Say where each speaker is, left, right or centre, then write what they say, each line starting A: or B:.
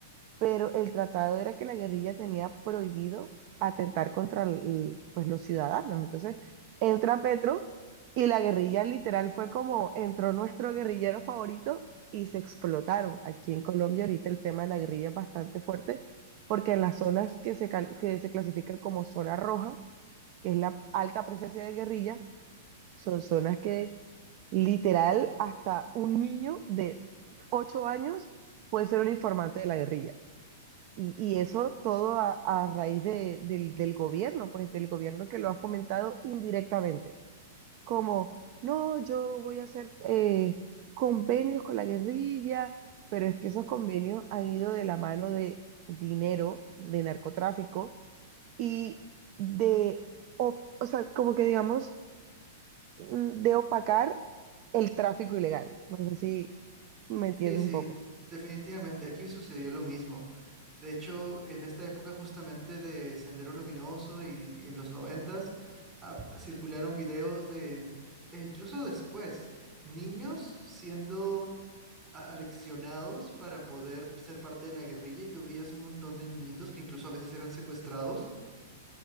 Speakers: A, on the right; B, on the right.
A: pero el tratado era que la guerrilla tenía prohibido atentar contra el- pues, los ciudadanos. Entonces entra Petro y la guerrilla literal fue como entró nuestro guerrillero favorito y se explotaron. Aquí en Colombia ahorita el tema de la guerrilla es bastante fuerte porque en las zonas que se, cal- que se clasifican como zona roja, que es la alta presencia de guerrilla, son zonas que literal hasta un niño de 8 años puede ser un informante de la guerrilla. Y, y eso todo a, a raíz de- del, del gobierno, pues del gobierno que lo ha fomentado indirectamente. Como, no, yo voy a hacer eh, convenios con la guerrilla, pero es que esos convenios han ido de la mano de dinero, de narcotráfico y de, o, o sea, como que digamos, mm, de opacar el tráfico ilegal. No sé si me entiendes
B: Sí, sí,
A: un poco.
B: definitivamente, aquí sucedió lo mismo. De hecho, en esta época justamente de Sendero Luminoso y, y en los noventas, ah, circularon videos de, e incluso después, niños siendo a- aleccionados para poder ser parte de la guerrilla y tú veías un montón de niñitos que incluso a veces eran secuestrados